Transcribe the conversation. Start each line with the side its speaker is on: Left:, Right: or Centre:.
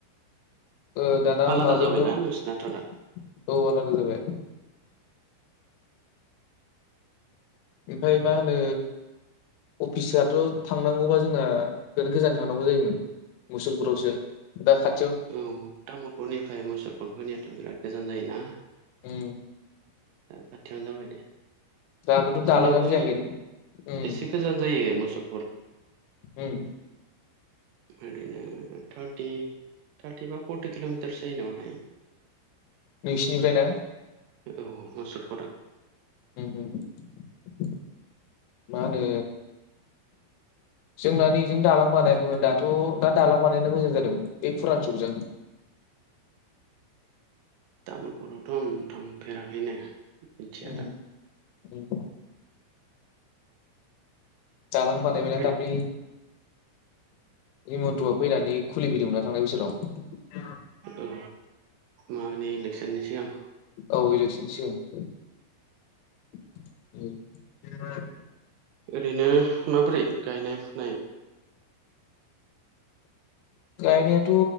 Left: ओ दाना
Right: आलादा
Left: माबायावनो
Right: जाबायना
Left: औ
Right: नोंसिनाथ' दा
Left: आलादा जाबाय। ओमफाय मा होनो अफिसाथ' थांनांगौबा जोंना बिराद गोजान थांनांगौ जायोमोन। मुसलपुरावसो दा खा
Right: औ तामुलपुरनिफ्राय मुसलपुर फैनायाथ' बिराद गोजान जायोना?
Left: उम
Right: <inaudible> खाथियावनो जाबाय दे।
Left: दाबोथ' दालाङानो
Right: जोंनाबो
Left: जायाखै उम
Right: एसे गोजान जायो मसल
Left: उम।
Right: ओरैनो थारथि थारथि बा फर्टि किल'मिटारसो जायो नामा थाय।
Left: नोंसिनिफ्राय ना
Right: औ मुसलपुरा।
Left: हुम हुम। मा होनो जोंना नै एजों दालां बानायाखैमोन दाथ' दा दालां बानायना मोजां जादों मोन ओइ फुरान चकजों <inaudible>
Right: तामुलपुरावथ' आं थांफेराखैनो। मिथिया
Left: उम
Right: दा
Left: उम। दालां बानायबायना
Right: ओरै
Left: दाल्खै। हिमन्त आ फैनानै खुलिफैदोंमोनना थांनाय बोसोराव।
Right: औ मानि इलेकसननि सिगां।
Left: औ इलेकसन सिगां। उम।
Right: ओरैनो माबोरै गायनाय फुनाय?
Left: गायनायाथ'